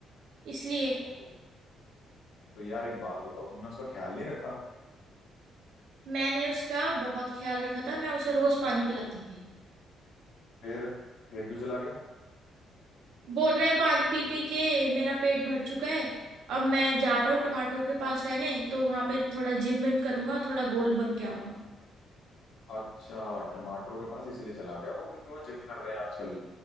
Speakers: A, on the right; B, on the left.
A: इसलिए
B: ओह। तो यार एक बात बताओ तुमने उसका ख्याल नहीं रखा
A: मैंने उसका बहुत ख्याल रखा था मैं उसे रोज पानी पिलाती थी
B: फिर फिर क्यों चला गया
A: बोल रहा है पानी पी पी के मेरा पेट भर चुका है अब मैं जा रहा हूँ टमाटरों के पास रहने तो वहां पे थोड़ा जिम विम करूंगा थोड़ा गोल बन के आऊंगा
B: अच्छा टमाटरों के पास इसीलिए चला गया वो क्योंकि वो जिम कर रहे हैं आजकल